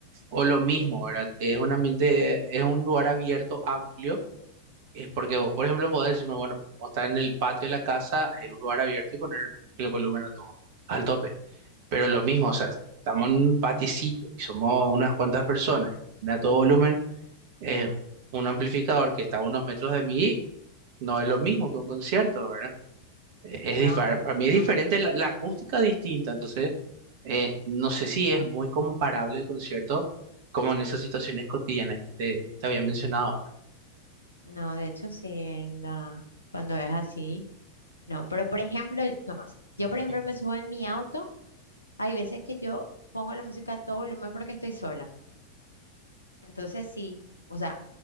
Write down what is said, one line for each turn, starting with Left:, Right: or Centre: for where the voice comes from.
Right: O lo mismo, ¿verdad? Es un ambiente, es un lugar abierto, amplio, es porque vos, por ejemplo, podés decirme, bueno, podemos estar en el patio de la casa, es un lugar abierto y poner el volumen a todo, al tope. Pero lo mismo, o sea, estamos en un paticito y somos unas cuantas personas, y a todo volumen, eh, un amplificador que está a unos metros de mí, no es lo mismo que un concierto, ¿verdad? Es
Left: no,
Right: diferente,
Left: definitivamente.
Right: para mí es diferente, la, la acústica es distinta, entonces eh, no sé si es muy comparable el concierto como en esas situaciones cotidianas que te, te había mencionado ahora.
Left: No, de hecho, sí, en la, cuando es así, no. Pero, por ejemplo, nomás, yo, por ejemplo,
Right: Ujú,
Left: me subo en mi auto, hay veces que yo pongo la música a todo volumen porque estoy sola. Entonces, sí, o sea,